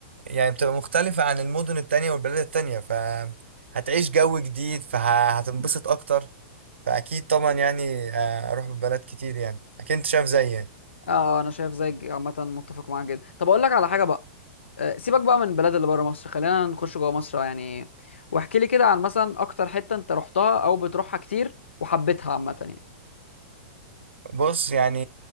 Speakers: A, on the right (about 70°); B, on the left (about 70°).
A: يعني بتبقى مختلفة عن المدن التانية والبلاد التانية فهتعيش جو جديد فهتنبسط أكتر فأكيد طبعا يعني آه، أروح بلاد كتير يعني أكيد أنت شايف زيي يعني.
B: اه انا شايف زيك عامة متفق معاك جدا طب اقول لك على حاجة بقى آه، سيبك بقى من البلاد اللي بره مصر خلينا نخش جوه مصر يعني واحكي لي كده عن مثلا اكتر حتة انت رحتها او بتروحها كتير وحبيتها عامة يعني
A: بص يعني